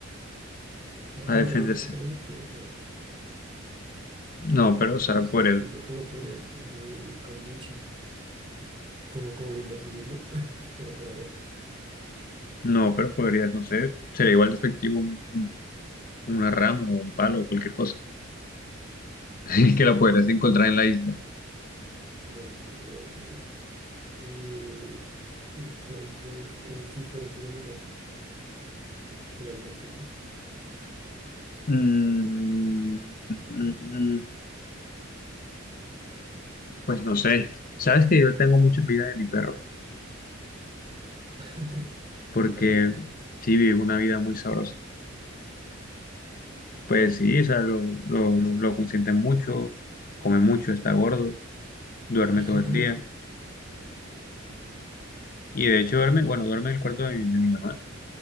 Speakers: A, on the right (about 25°); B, on the left (about 45°).
A: A-
B: para
A: Ahora
B: defenderse?
A: no sé qué tan efectivo sea.
B: No, pero,
A: Sí,
B: o sea,
A: no sé,
B: podrías,
A: siento que uno podría hacer eh, un cambuche, como, como la inversión iglú, <laughs> pero con arena.
B: no, pero podrías, no sé, sería igual de efectivo un- un- una rama o un palo o cualquier cosa <laughs> que la
A: Mm,
B: podrías encontrar en la isla.
A: bueno, sí, te lo doy, te lo doy. Eh, entonces, eh, si fueras un animal, ¿cuál animal serías?
B: Mm, mm, mm, Pues no sé, sabes que yo tengo mucha envidia de mi perro,
A: <laughs>
B: porque
A: Totalmente.
B: sí vive una vida muy sabrosa. Pues sí, o sea, lo, lo, lo, lo consienten mucho, come mucho, está gordo, duerme
A: <laughs>
B: todo el día. Y de hecho duerme, bueno, duerme en el cuarto de mi, de mi mamá,